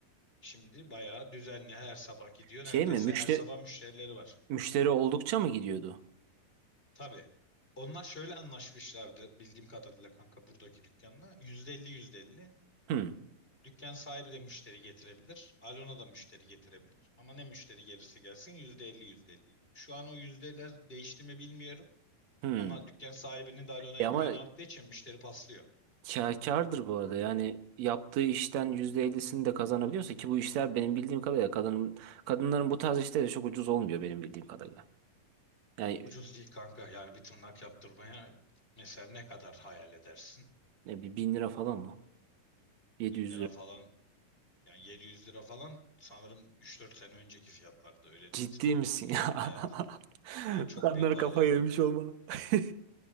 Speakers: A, on the left (about 15°); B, on the right (about 65°).
A: Şimdi bayağı düzenli her sabah gidiyor.
B: Şey
A: Neredeyse
B: mi müşteri
A: her sabah müşterileri var.
B: müşteri oldukça mı gidiyordu?
A: Tabii. Onlar şöyle anlaşmışlardı bildiğim kadarıyla kanka buradaki dükkanla. %50 %50.
B: Hmm.
A: Dükkan sahibi de müşteri getirebilir. Alona da müşteri getirebilir. Ama ne müşteri gelirse gelsin %50 %50. Şu an o yüzdeler değişti mi bilmiyorum.
B: Hmm.
A: Ama dükkan sahibinin de Alona'ya
B: E ama
A: güveni arttığı için müşteri paslıyor.
B: kâ- kârdır bu arada yani yaptığı işten %50'sini de kazanabiliyorsa ki bu işler benim bildiğim kadarıyla kadın kadınların bu tarz işleri çok ucuz olmuyor benim bildiğim kadarıyla. Yani
A: Ucuz değil kanka. Yani bir tırnak yaptırmaya mesela ne kadar hayal edersin?
B: ne bir bin lira falan mı? 700
A: 1000 lira
B: lira.
A: falan yani 700 lira falan sanırım üç dört sene önceki fiyatlarda öyle
B: Ciddi
A: diyeyim sana.
B: misin ya?
A: Evet.
B: <laughs>
A: Yani çok
B: Kadınlar
A: büyük paralar
B: kafayı
A: dönüyor.
B: yemiş olmalı. <laughs>